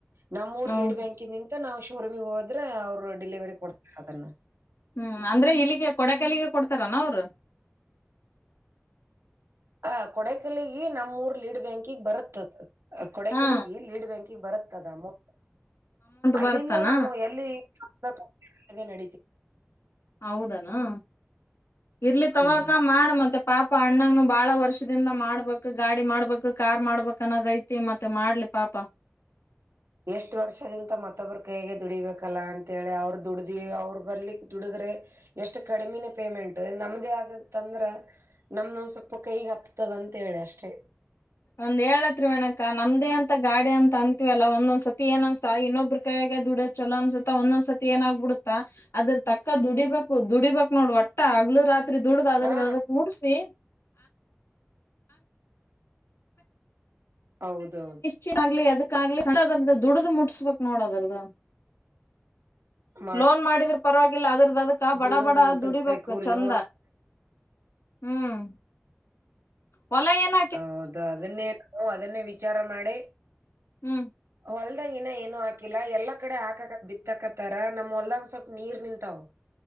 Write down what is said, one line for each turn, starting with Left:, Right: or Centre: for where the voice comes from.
Right: ನಮ್ಮೂರ್
Left: ಹೌದು
Right: ಲೀಡ್ ಬ್ಯಾಂಕಿ ನಿದ ನಾವು ಶೋರೂಮಿಗೆ ಹೋದ್ರೆ ಅವರು ಡಿಲಿವರಿ ಕೊಡ್ತ ಅದನ್ನ
Left: ಹ್ಮ್ ಅಂದ್ರೆ ಇಲ್ಲಿಗೆ ಕೊಡಕೈಲಿಗೆ ಕೊಡ್ತಾರಾನ ಅವ್ರು
Right: ಆ ಕೊಡಕಲ್ಲಿಗ ನಮ್ಮರ್ ಲೀಡ್ ಬ್ಯಾಂಕಿಗೆ ಬರತ್ ಕೊಡಕಲಿಗೆ
Left: ಹಾ
Right: ಲೀಡ್ ಬ್ಯಾಂಕಿಗೆ ಬರುತ್ತದೋ ಅಲ್ಲಿಂದ
Left: ಬರುತ್ತನ
Right: ನಾವು ಎಲ್ಲಿ <inaudible> ಅದನ್ನು
Left: ಹೌದನಾ ಇರ್ಲಿ ತಗಕ
Right: ಹ್ಮ್.
Left: ಮಾಡ ಮತ್ತ ಪಾಪ ಅಣ್ಣಂಗನು ಬಾಳ ವರ್ಷದಿಂದ ಮಾಡ್ಬೇಕು ಗಾಡಿ ಮಾಡ್ಬೇಕು ಕಾರ್ ಮಾಡ್ಬೇಕಕ್ ಅನ್ನೋದ್ ಐತಿ ಮತ್ತೆ ಮಾಡ್ಲಿ ಪಾಪ
Right: ಎಷ್ಟು ವರ್ಷದಿಒಂದ ಮತ್ತೊಬ್ಬ್ರ ಕ ಹೇಗೆ ದುಡಿಬೇಕಲ್ಲ ಅಂತೇಳಿ ಅವ್ರು ದುಡ್ದಿ ಅವ್ರು ಬರ್ಲಿಕ್ ದುಡಿದ್ರೆ ಎಷ್ಟು ಕಡಿಮಿನ ಪೇಮೆಂಟ್ ನಮ್ದೇ ಆದಂತಂದ್ರ ನಮ್ದೊಂದು ಸ್ವಲ್ಪ ಕೈಗೆ ಹತ್ತತದ ಅಂತೇಳಿ ಅಷ್ಟೇ
Left: ಒಂದ್ ಹೇಳತ್ರರಿ ವಣಕ ನಮ್ದೇ ಅಂತ ಗಾಡಿ ಅಂತ ಅಂತೀವಲ್ಲ ಒಂದೊಂದ್ಸತಿ ಏನ್ ಅನ್ಸ ಇನ್ನೊಬ್ರ ಯಾಗೆ ದುಡ್ಡೋ ಚೊಲೋ ಅನ್ಸುತ್ತೆ ಒಂದೊಂದ್ಸತಿ ಏನಾಗ್ಬ ಬಿಡುತ್ತಾ ಅದ್ರ ತಕ್ಕ ದುಡಿಬೇಕು ದುಡಿಬೇಕಕ್ ನೋಡ್ ಒಟ್ಟ ಆಗ್ಲು ರಾತ್ರಿ ದುಡ್ದ್ ಅದ್ರದ
Right: ಆ
Left: ಅದಕ್ ಮುಟ್ಸಿ
Right: ಹೌದೌದು
Left: ಚ ಆಗ್ಲಿ ಅದಕ್ಕಾಗ್ಲಿದ ದುಡ್ದು ಮುಟ್ಟಿಸಸ್ಬೇಕಕ್ ನೋಡೋದ್ರದದು
Right: ಮಾಡ
Left: ಲೋನ್ ಮಾಡಿದ್ರ ಪರವಾಗಿಲ್ಲ ಅದ್ರದ ಅದಕ ಬಡ
Right: ದುಡದ್
Left: ಬಡ
Right: ಮುಟ್ಟಿಸ್ಬೇಕು
Left: ದುಡಿಬೇಕು ಚಂದ
Right: ಲೋನ್
Left: ಹ್ಮ್ ಹೊಲ ಏನ
Right: ಹೌದು ಅದನ್ನೇ ಅದನ್ನೇ ವಿಚಾರ ಮಾಡಿ
Left: ಹ್ಮ್
Right: ಹೊಲ್ದಾಗ ಇನ ಏನು ಹಾಕಿಲ್ಲ ಎಲ್ಲಾ ಕಡೆ ಹಾಕಕ ಬಿತ್ತಾಕತ್ತಾರ ನಮಮ್ಮ ಹೊಲ್ದಾಗ್ ಸ್ವಲ್ಪ ನೀರ್ ನಿಂತಾವ್